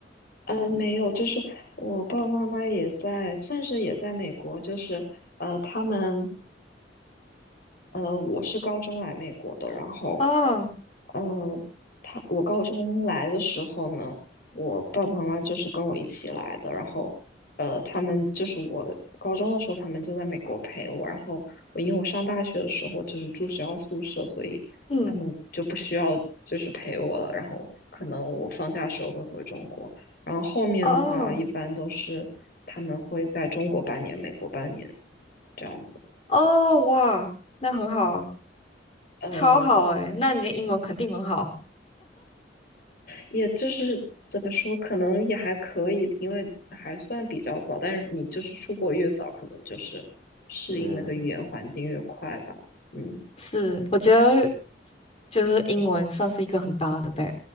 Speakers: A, on the left (about 55°); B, on the left (about 35°).
A: 呃，没有，就是我爸爸妈妈也在，算是也在美国，就是呃，他们呃，我是高中来美国的，然后
B: 哦，
A: 呃，他我高中来的时候呢，我爸爸妈妈就是跟我一起来的，然后呃，他们就是我高中的时候，他们就在美国陪我，然后我因为我上大学的时候就是住学校宿舍，所以他们就不需要就是陪我了，
B: 嗯，
A: 然后可能我放假的时候会回中国，然后后面的话一般都是他们会在中国半年，
B: 哦，
A: 美国半年这样子，
B: 哦，哇，那很好啊
A: 嗯。
B: 超好哎，那你的英文肯定很好。
A: 也就是怎么说，可能也还可以，因为还算比较早。但是你就是出国越早，可能就是适应那个语言环境越快吧。
B: 是。
A: 嗯
B: 是，我觉得就是英文算是一个很大的 b